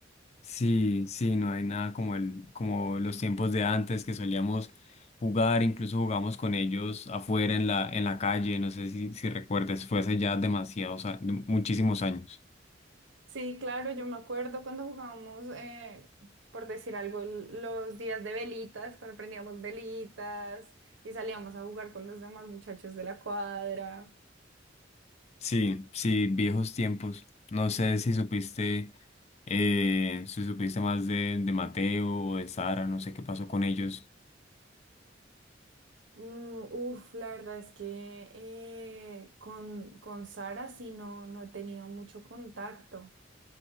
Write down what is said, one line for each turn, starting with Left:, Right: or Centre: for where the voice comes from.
Left: Sí, sí, no hay nada como el, como los tiempos de antes que solíamos jugar, incluso jugamos con ellos afuera en la, en la calle, no sé si, si recuerdas, fue hace ya demasiados, a- muchísimos años.
Right: Sí, claro, yo me acuerdo cuando jugábamos, eh, por decir algo, el- los días de velitas, cuando prendíamos velitas y salíamos a jugar con los demás muchachos de la cuadra.
Left: Sí, sí, viejos tiempos. No sé si supiste, eh, si supiste más de, de Mateo o de Sara, no sé qué pasó con ellos.
Right: Mm, uf, la verdad es que eh, con, con Sara sí no, no he tenido mucho contacto.